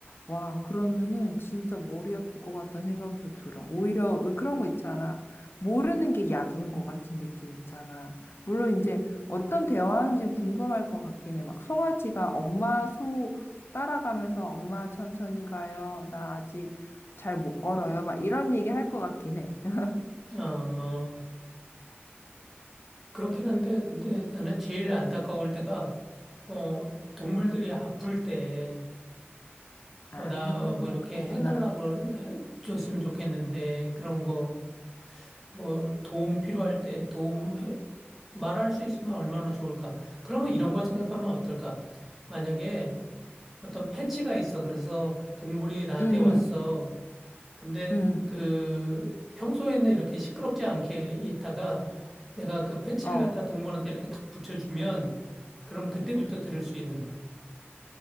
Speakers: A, on the left; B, in the centre.
A: 와, 그러면은 진짜 머리 아플 것 같다는 생각도 들어. 오히려 왜 그런 거 있잖아. 모르는 게 약인 것 같은 느낌 있잖아. 물론 이제 어떤 대화하는지 궁금할 것 같긴 해. 막 송아지가 엄마 소 따라가면서 엄마 천천히 가요. 나 아직 잘 못 걸어요. 막 이런 얘기 할 것 같긴 해. <laughs>
B: 어, 그렇긴 한데, 근데 나는 제일 안타까울 때가, 어, 동물들이 아플 때,
A: 아,
B: 어, 나 뭐 이렇게
A: 그렇구나.
B: 해달라고 해- 줬으면 좋겠는데, 그런 거, 뭐 도움 필요할 때 도움 해- 말할 수 있으면 얼마나 좋을까? 그러면 이런 걸 생각하면 어떨까? 만약에 어떤 패치가 있어. 그래서 동물이 나한테
A: 응, 응,
B: 왔어. 근데
A: 응.
B: 그 평소에는 이렇게 시끄럽지 않게 있다가 내가 그 패치를
A: 어.
B: 갖다 동물한테 이렇게 탁 붙여주면 그럼 그때부터 들을 수 있는 거야.